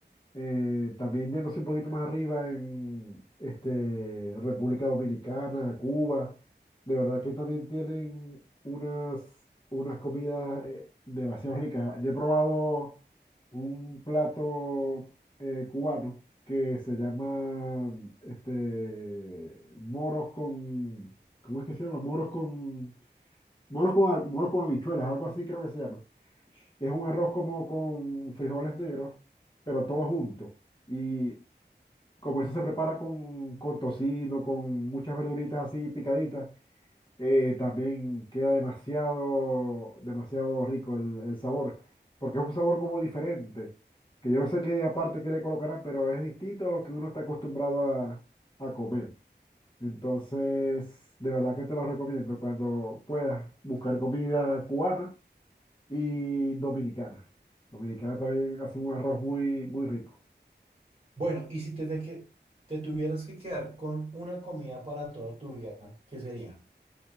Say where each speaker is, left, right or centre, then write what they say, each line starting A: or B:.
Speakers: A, on the left; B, on the right.
A: eh, también yéndose un poquito más arriba en este, República Dominicana, Cuba, de verdad que también tienen unas, unas comidas eh, demasiado ricas. Yo he probado un plato eh, cubano que se llama este, moros con, ¿cómo es que se llama? Moros con, moros con, moros con habichuelas, algo así creo que se llama. Es un arroz como con frijoles negros, pero todo junto. Y como eso se prepara con, con tocino, con muchas verduritas así picaditas, eh, también queda demasiado, demasiado rico el, el sabor, porque es un sabor como diferente, que yo no sé qué aparte que le colocarán, pero es distinto a lo que uno está acostumbrado a, a comer. Entonces, de verdad que te lo recomiendo. Cuando puedas buscar comida cubana y Dominicana. Dominicana también hace un arroz muy, muy rico.
B: Bueno, y si te, te, que- te tuvieras que quedar con una comida para toda tu vida, ¿qué sería?